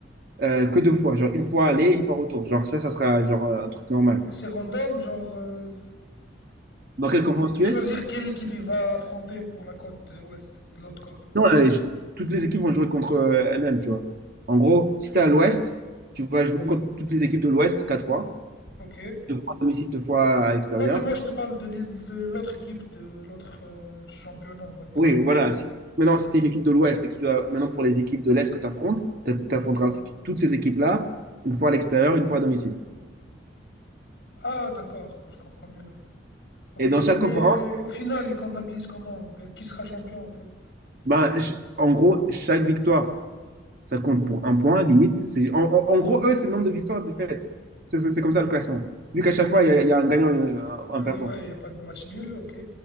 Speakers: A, on the right (about 50°); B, on the left (about 60°).
A: euh, que deux fois, genre une fois aller, une fois retour. Genre ça, ça sera genre euh, un truc normal.
B: c'est random, genre, euh,
A: Dans quelle conférence
B: pour
A: tu
B: choisir
A: es?
B: quelle équipe il va affronter pour la côte euh, ouest, de l'autre côte.
A: Non, euh, je- toutes les équipes vont jouer contre euh, elles-mêmes, tu vois. En gros, si t'es à l'Ouest, tu vas jouer contre toutes les équipes de l'Ouest quatre fois,
B: Ok.
A: deux fois à domicile, deux fois à l'extérieur.
B: Non, mais moi je te parle de l'é- de l'autre équipe, de l'autre euh, championnat, on va dire,
A: Oui,
B: de l'autre
A: voilà.
B: ligue.
A: Si- maintenant, si t'es une équipe de l'Ouest et que tu dois, maintenant pour les équipes de l'Est que tu affrontes, tu
B: Ouais.
A: affronteras aussi toutes ces équipes-là, une fois à l'extérieur, une fois à domicile.
B: Ah, d'accord, je comprends mieux là. Ok,
A: Et dans chaque
B: mais
A: conférence,
B: au final, ils comptabilisent comment? Que- Qui sera champion en fait?
A: ben, ch- en gros, chaque victoire, ça compte pour un point, limite. C'est, en, en- en gros, eux, c'est le nombre de victoires et de défaites. C'est c'est- c'est comme ça le classement. Vu qu'à chaque fois, il y, a il y a un gagnant et un, un
B: Euh,
A: perdant.
B: ouais, il n'y a pas de match nul, ok.